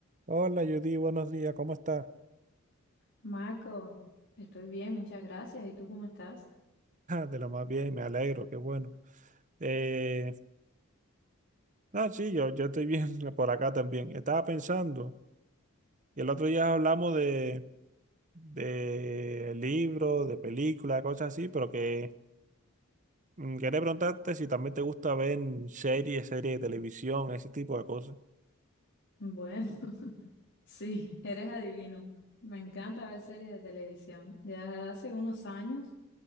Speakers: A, on the right; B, on the left.
A: Hola Judy, buenos días, ¿cómo estás? <laughs>
B: Marco, estoy bien, muchas gracias. ¿Y tú cómo estás?
A: De lo más bien, me alegro, qué bueno. Eh, no, sí, yo, yo estoy bien <laughs> por acá también. Estaba pensando, y el otro día hablamos de, de libros, de películas, cosas así, pero que mm, quería preguntarte si también te gusta ver series, series de televisión, ese tipo de cosas.
B: Bueno, <laughs> sí, eres adivino. Me encanta ver series de televisión. Desde hace unos años